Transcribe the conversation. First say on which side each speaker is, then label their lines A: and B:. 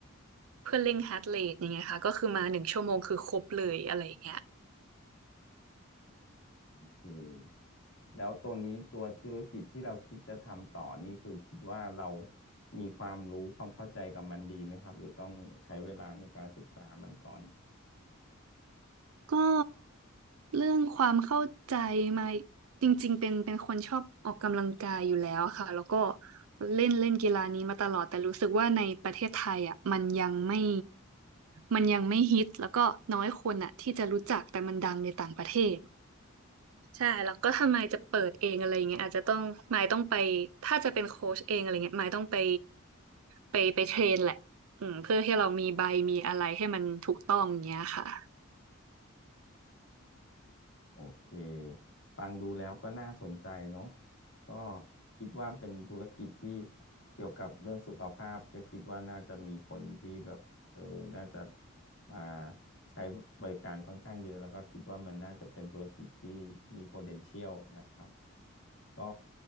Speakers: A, on the right; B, on the left.
A: เพื่อเร่งฮาร์ทเรทอย่างเงี้ยค่ะ ก็คือมาหนึ่งชั่วโมงคือครบเลยอะไรอย่างเงี้ย
B: โอ้ แล้วตัวนี้ตัวธุรกิจที่เราคิดจะทำต่อนี่คือคิดว่าเรามีความรู้ความเข้าใจกับมันดีไหมครับหรือต้องใช้เวลาในการศึกษามันก่อน
A: ก็เรื่องความเข้าใจมาจริงๆเป็นเป็นคนชอบออกกำลังกายอยู่แล้วค่ะ แล้วก็เล่นเล่นกีฬานี้มาตลอด แต่รู้สึกว่าในประเทศไทยอ่ะมันยังไม่ มันยังไม่ฮิต แล้วก็น้อยคนอ่ะที่จะรู้จักแต่มันดังในต่างประเทศ ใช่แล้วก็ถ้าไมายจะเปิดเองอะไรเงี้ยอาจจะต้องไมคต้องไปถ้าจะเป็นโค้ชเองอะไรเงี้ยไมคต้องไปไปไปเทรนแหละอืมเพื่อให้เรามีใบมีอะไรให้มันถูกต้องเงี้ยค่ะ
B: โอเคฟังดูแล้วก็น่าสนใจเนาะก็คิดว่าเป็นธุรกิจที่เกี่ยวกับเรื่องสุขภาพก็คิดว่าน่าจะมีคนที่แบบเออน่าจะมาใช้บริการค่อนข้างเยอะแล้วก็คิดว่ามันน่าจะเป็นธุรกิจที่มี potential นะครับ ก็